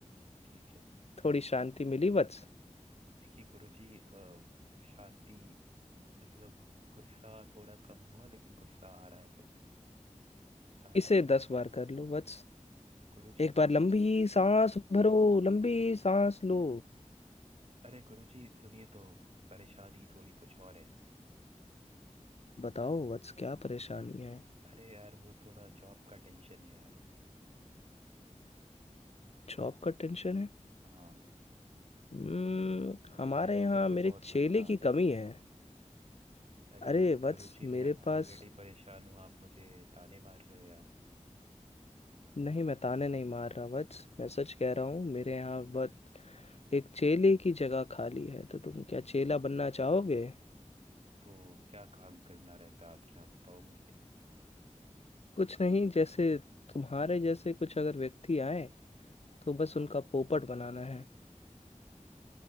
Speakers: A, on the right (about 50°); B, on the left (about 55°).
A: ठीक है
B: थोड़ी शांति मिली वत्स
A: देखिए गुरुजी अ, शांति मतलब गुस्सा थोड़ा कम हुआ लेकिन गुस्सा आ रहा है फिर भी शांति
B: इसे
A: तो नहीं
B: दस
A: मिली
B: बार कर लो वत्स
A: गुरुजी
B: एक
A: वो-
B: बार लंबी सांस भरो लंबी सांस लो
A: अरे गुरुजी सुनिए तो परेशानी थोड़ी कुछ और है
B: बताओ वत्स क्या परेशानी है
A: अरे यार वो थोड़ा जॉब का टेंशन है यार
B: जॉब का टेंशन है
A: हाँ
B: हम्म
A: मुझे
B: हमारे
A: मैनेजर
B: यहाँ मेरे
A: पे बहुत
B: चेले
A: गुस्सा
B: की
A: आ रहा
B: कमी
A: है यार
B: है
A: अरे
B: अरे
A: यार
B: वत्स
A: कुरुचि
B: मेरे
A: मैं ऑलरेडी
B: पास
A: परेशान हूँ आप मुझे ताने मार रहे हो यार
B: नहीं मैं ताने नहीं मार रहा वत्स मैं सच कह रहा हूँ मेरे यहाँ वत्स एक चेले की जगह खाली है तो तुम क्या चेला बनना चाहोगे
A: तो क्या काम करना रहता है आपके यहाँ बताओ मुझे
B: कुछ नहीं जैसे तुम्हारे जैसे कुछ अगर व्यक्ति आए तो बस उनका पोपट बनाना है